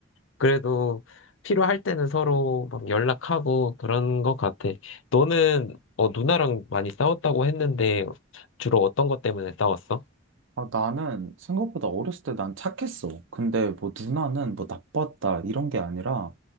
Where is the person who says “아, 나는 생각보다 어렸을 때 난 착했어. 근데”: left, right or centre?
Right